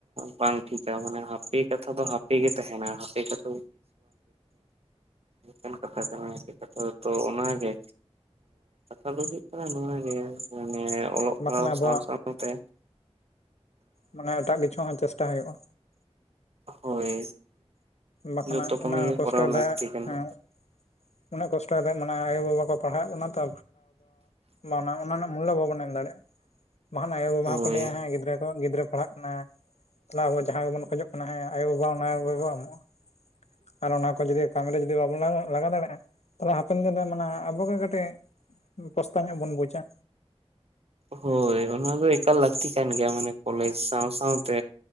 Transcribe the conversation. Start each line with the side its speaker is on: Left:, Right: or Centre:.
Right: ᱵᱟᱝ ᱴᱷᱤᱠᱟ ᱢᱟᱱᱮ ᱦᱟᱯᱮ ᱠᱟᱛᱷᱟ ᱫᱚ ᱦᱟᱯᱮ ᱜᱮ ᱛᱟᱦᱮᱱᱟ ᱦᱟᱯᱮ ᱠᱟᱛᱷᱟ <unintelligible> ᱠᱟᱱ ᱠᱟᱛᱷᱟ ᱠᱟᱱᱟ ᱪᱮᱫ ᱠᱟᱛᱷᱟ ᱛᱚ ᱚᱱᱟᱜᱮ ᱟᱫᱚ ᱦᱩᱭᱩᱜ ᱠᱟᱱᱟ ᱱᱚᱣᱟ ᱜᱮ ᱢᱟᱱᱮ ᱚᱞᱚᱜ ᱯᱟᱲᱦᱟᱣ
Left: ᱵᱟᱠᱷᱟᱱ ᱟᱵᱚᱣᱟᱜ
Right: ᱥᱟᱶ ᱥᱟᱶᱛᱮ
Left: ᱢᱟᱱᱮ ᱮᱴᱟᱜ ᱠᱤᱪᱷᱩ ᱦᱚᱸ ᱪᱮᱥᱴᱟ ᱦᱩᱭᱩᱜᱼᱟ᱾
Right: ᱦᱳᱭ
Left: ᱵᱟᱠᱷᱟᱱ
Right: ᱡᱚᱛᱚ ᱠᱟᱹᱢᱤ
Left: ᱩᱱᱟᱹᱜ
Right: ᱜᱮ
Left: ᱠᱚᱥᱴᱚ
Right: ᱠᱚᱨᱟᱣ
Left: ᱠᱟᱛᱮᱫ
Right: ᱞᱟᱹᱠᱛᱤ ᱠᱟᱱᱟ᱾
Left: ᱦᱮᱸ ᱩᱱᱟᱹᱜ ᱠᱚᱥᱴᱚᱛᱮᱫ ᱢᱟᱱᱮ ᱟᱭᱳ ᱵᱟᱵᱟ ᱠᱚ ᱯᱟᱲᱦᱟᱜ ᱠᱟᱱᱟ ᱛᱚ ᱚᱱᱟ ᱨᱮᱱᱟᱜ ᱢᱩᱞᱞᱚ ᱵᱟᱵᱚᱱ ᱮᱢ ᱫᱟᱲᱮᱭᱟᱜᱼᱟ᱾ ᱵᱟᱱ ᱟᱭᱳᱼᱵᱟ
Right: ᱦᱳᱭ
Left: ᱦᱚᱸᱠᱚ ᱞᱟᱹᱭᱟ ᱦᱟᱸᱜ ᱜᱤᱫᱽᱨᱟᱹ ᱜᱤᱫᱽᱨ ᱠᱚ ᱯᱟᱲᱦᱟᱜ ᱠᱟᱱᱟ ᱛᱟ ᱟᱵᱩ ᱡᱟᱦᱟᱸ ᱜᱮᱵᱩᱱ ᱠᱷᱚᱡᱚᱜ ᱠᱟᱱᱟ ᱦᱮᱸ ᱟᱭᱳ ᱵᱟᱵᱟ ᱚᱱᱟ ᱠᱚᱜᱮ ᱵᱳ ᱮᱢᱚᱜᱼᱟ᱾ ᱟᱨ ᱚᱱᱟ ᱠᱚ ᱡᱩᱫᱤ ᱠᱟᱢᱤ ᱨᱮ ᱡᱩᱫᱤ ᱵᱟᱵᱩᱱ ᱞᱟᱜᱟᱣ ᱫᱟᱲᱮᱭᱟᱜᱼᱟ ᱛᱟᱦᱚᱞᱮ ᱦᱟᱯᱮᱱ ᱫᱤᱱᱨᱮ ᱢᱟᱱᱮ ᱦᱟᱸᱜ ᱟᱵᱩᱜᱮ ᱠᱟᱹᱴᱤᱡ ᱯᱚᱥᱛᱟ ᱧᱚᱜ ᱵᱩᱱ ᱵᱩᱡᱟ᱾
Right: ᱦᱳᱭ ᱚᱱᱟ ᱫᱚ ᱮᱠᱟᱞ ᱞᱟᱹᱠᱛᱤ ᱠᱟᱱ ᱜᱮᱭᱟ ᱢᱟᱱᱮ ᱠᱚᱞᱮᱡᱽ ᱥᱟᱶ ᱥᱟᱶᱛᱮ